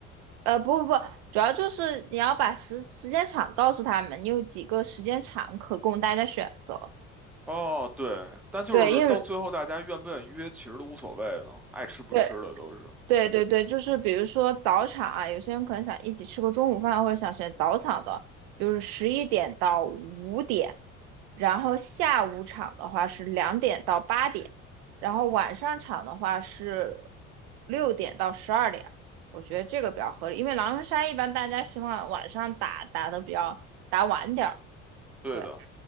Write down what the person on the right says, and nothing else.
呃，不不不，主要就是你要把时时间场告诉他们，你有几个时间场可供大家选择。
对，因为
对对对对，就是比如说早场啊，有些人可能想一起吃个中午饭，或者想选早场的，就是十一点到五点，然后下午场的话是两点到八点，然后晚上场的话是六点到十二点。我觉得这个比较合理，因为狼人杀一般大家希望晚上打打的比较打晚点。
对